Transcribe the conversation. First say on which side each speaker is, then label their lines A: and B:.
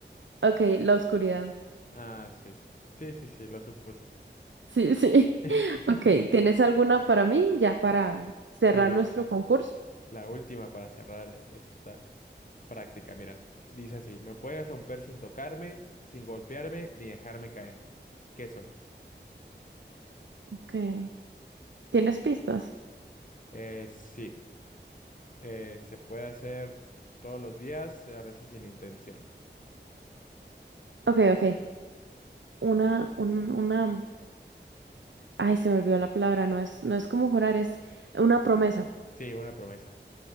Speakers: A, on the right; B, on the left.
A: Ok, la oscuridad.
B: Ah, sí. Sí, sí, sí, lo supuse.
A: Sí, sí. <laughs>
B: <laughs>
A: Ok, ¿tienes alguna para mí ya para cerrar
B: Sí,
A: nuestro concurso?
B: la última para cerrar esta práctica. Mira, dice así, me puedes romper sin tocarme, sin golpearme, ni dejarme caer. ¿Qué soy?
A: Okay. ¿Tienes pistas?
B: Eh, sí, eh, se puede hacer todos los días, a veces sin intención.
A: Ok, ok. Una, un, una. Ay, se me olvidó la palabra. No es, no es como jurar, es una promesa.
B: Sí, una promesa,